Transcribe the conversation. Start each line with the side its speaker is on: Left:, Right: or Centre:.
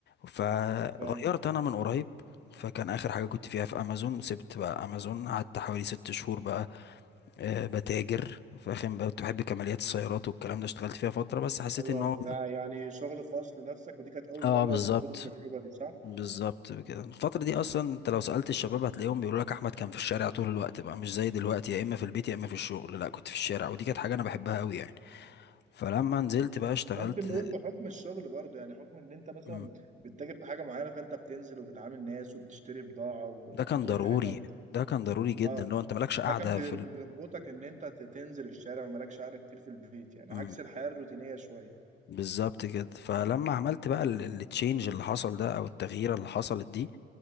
Left: فغيرت
Right: فاهم
Left: انا من قريب فكان اخر حاجة كنت فيها في امازون سبت بقى امازون قعدت حوالي ست شهور بقى أه بتاجر فاهم بقى كنت بحب كماليات السيارات والكلام ده اشتغلت فيها فترة بس حسيت
Right: حلو
Left: ان
Right: أوي
Left: هو
Right: ده يعني شغل خاص لنفسك ودي كانت أول
Left: اه
Right: مرة
Left: بالظبط
Right: تخوض التجربة دي صح؟
Left: بالظبط كده الفترة دي أصلا أنت لو سألت الشباب هتلاقيهم بيقولوا لك أحمد كان في الشارع طول الوقت بقى مش زي دلوقتي يا إما في البيت يا إما في الشغل لا كنت في الشارع ودي كانت حاجة أنا بحبها أوي يعني فلما نزلت بقى اشتغلت
Right: ممكن نقول بحكم الشغل برضه يعني حكم إن أنت مثلا
Left: مم.
Right: بتتاجر في حاجة معينة فأنت بتنزل وبتعامل ناس وبتشتري بضاعة وبتروح
Left: ده كان ضروري
Right: هنا وبت...
Left: ده كان ضروري جدا
Right: آه
Left: لو أنت مالكش
Right: فده
Left: قاعدة
Right: كان بير-
Left: في ال...
Right: بيربطك إن أنت ت- تنزل الشارع ومالكش قعدة كتير في البيت يعني
Left: مم.
Right: عكس الحياة الروتينية شوية
Left: بالظبط كده فلما عملت بقى التشينج اللي حصل ده أو التغيير اللي حصلت دي